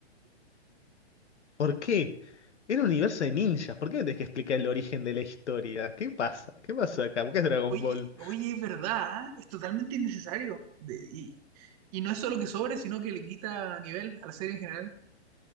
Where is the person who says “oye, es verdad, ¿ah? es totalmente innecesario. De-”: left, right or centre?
Right